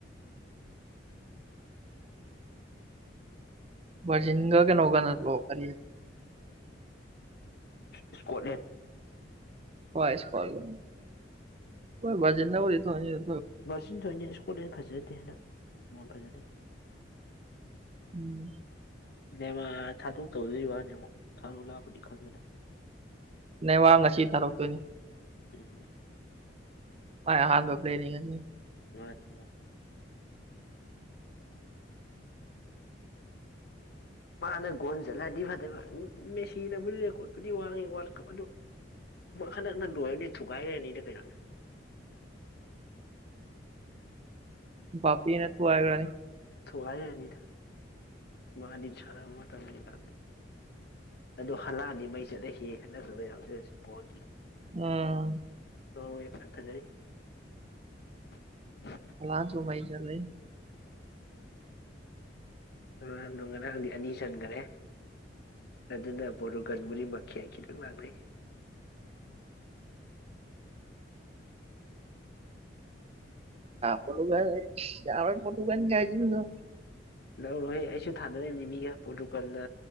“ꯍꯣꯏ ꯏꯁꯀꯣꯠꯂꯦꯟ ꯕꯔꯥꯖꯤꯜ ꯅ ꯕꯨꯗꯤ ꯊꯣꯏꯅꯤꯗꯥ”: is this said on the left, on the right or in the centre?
Right